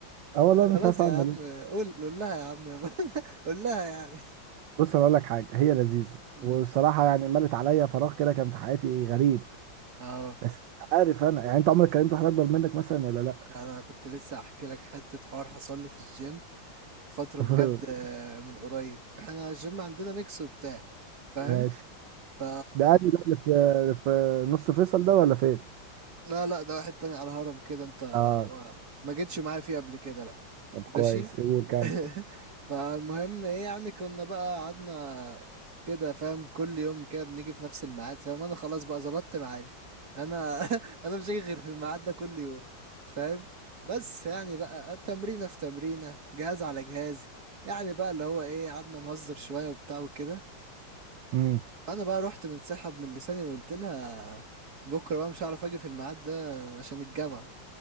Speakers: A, on the right (about 70°); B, on the right (about 50°).
A: اه والله مش
B: خلاص
A: عارف
B: يا
A: اعمل
B: عم
A: ايه
B: قول قول لها يا عم يا عم. <laughs> قول لها يعني
A: بص انا اقول لك حاجه هي لذيذه
B: امم
A: والصراحه يعني ملت عليا فراغ كده كان في حياتي غريب
B: اه
A: بس مش عارف انا يعني انت عمرك كلمت واحد اكبر منك مثلا ولا لا
B: انا كنت لسه احكي لك حته حوار حصل لي في الجيم فتره
A: <laughs>
B: بجد آه، من قريب احنا الجيم عندنا ميكس وبتاع فاهم
A: ماشي
B: ف...
A: ده قال ده اللي في في نص فيصل ده ولا فين
B: لا لا ده واحد تاني على هرم كده انت
A: اه
B: ما, ما جيتش معايا فيه قبل كده لا
A: طب كويس
B: ماشي
A: قول كمل
B: <laughs> فالمهم ايه يعني كنا بقى قعدنا كده فاهم كل يوم كده بنيجي في نفس الميعاد فاهم انا خلاص بقى ظبطت ميعادي انا <laughs> انا مش هاجي غير في الميعاد ده كل يوم فاهم بس يعني بقى تمرينة في تمرينة جهاز على جهاز يعني بقى اللي هو ايه قعدنا نهزر شوية وبتاع وكده
A: امم
B: انا بقى رحت منسحب من لساني وقلت لها بكره بقى مش هعرف اجي في الميعاد ده عشان الجامعه